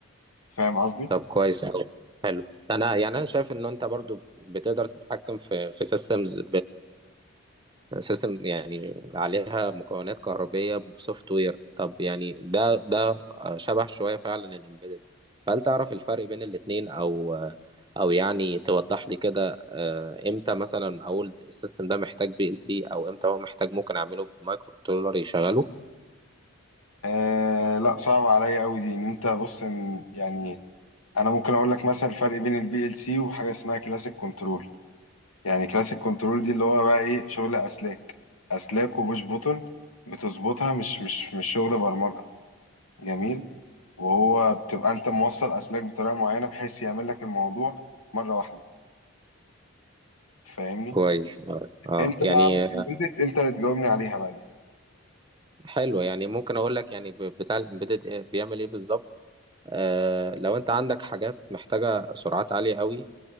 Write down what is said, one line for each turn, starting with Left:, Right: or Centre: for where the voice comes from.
Left: فاهم قصدي
Right: طب كويس أوي حلو أنا يعني أنا شايف إن أنت برضو بتقدر تتحكم في في سيستمز سيستم يعني عليها مكونات كهربية بسوفت وير طب يعني ده ده شبه شوية فعلا الامبيدد فهل تعرف الفرق بين الاتنين او او يعني توضح لي كده آه، امتى مثلا اقول السيستم ده محتاج بي ال سي او امتى هو محتاج ممكن اعمله بمايكرو كنترولر يشغله
Left: آه لا صعب عليا قوي دي ان انت بص إن يعني انا ممكن اقول لك مثلا الفرق بين البي ال سي وحاجه اسمها كلاسيك كنترول يعني كلاسيك كنترول دي اللي هو بقى ايه شغل اسلاك اسلاك وبوش بوتون بتظبطها مش مش مش شغل برمجه جميل وهو بتبقى انت موصل اسلاك بطريقه معينه بحيث يعمل لك الموضوع مره واحده فاهمني
Right: كويس اه آه.
Left: امتى
Right: يعني
Left: بقى اعمل امبيدت انت اللي تجاوبني عليها بقى دي
Right: حلو يعني ممكن اقول لك يعني ب- بتاع الامبيدد إيه، بيعمل ايه بالظبط آه لو انت عندك حاجات محتاجه سرعات عاليه قوي